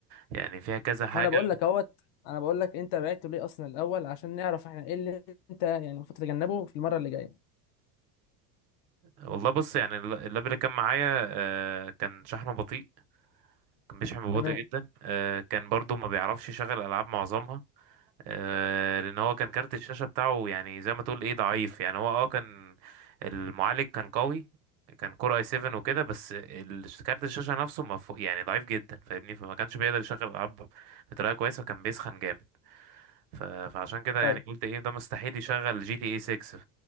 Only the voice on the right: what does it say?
يعني فيها كذا حاجه
والله بص يعني الل- اللاب اللي كان معايا آه، كان شحنه بطيء كان بيشحن ببطء
جدا آه، كان برضو ما بيعرفش يشغل العاب معظمها آه، لان هو كان كارت الشاشه بتاعه يعني زي ما تقول ايه ضعيف يعني هو اه كان المعالج كان قوي كان كور اي 7 وكده بس ال- كارت الشاشه نفسه ما فوق يعني ضعيف جدا فاهمني فما كانش بيقدر يشغل العاب بطريقه كويسه وكان بيسخن جامد ف- فعشان كده
يعني قلت ايه ده مستحيل يشغل جي تي اي 6